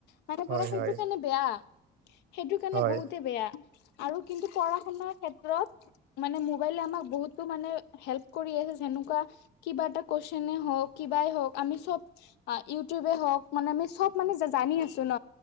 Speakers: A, on the left; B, on the right.
A: মানে
B: হয়,
A: ধৰা সেইটোৰ
B: হয়,
A: কাৰণে বেয়া সেইটোৰ কাৰণে
B: হয়,
A: বহুতে বেয়া। আৰু কিন্তু পঢ়া শুনাৰ ক্ষেত্ৰত মানে মোবাইলে আমাক বহুতো মানে হেল্প কৰি আছে যেনেকুৱা কিবা এটা কুৱেশনে হওক কিবাই হওক আমি চব ইউটিউব হওক মানে আমি চব মানে জানি আছো ন